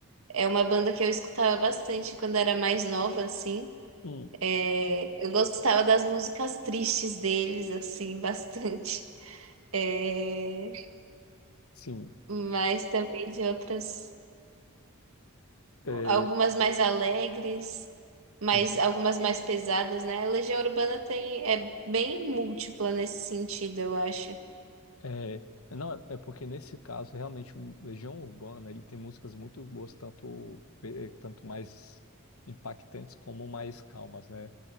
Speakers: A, on the right; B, on the left.
A: É uma banda que eu escutava bastante quando era mais nova, assim.
B: Hum,
A: É, eu gostava das músicas tristes deles, assim, <laughs> bastante. É,
B: sim,
A: mas também de outras,
B: é,
A: algumas mais alegres, mas
B: entendi.
A: algumas mais pesadas, né? A Legião Urbana tem, é bem múltipla nesse sentido, eu acho.
B: É, não, é é porque nesse caso, realmente, o Legião Urbana, ele tem músicas muito boas, tanto, eh, tanto mais impactantes como mais calmas, né?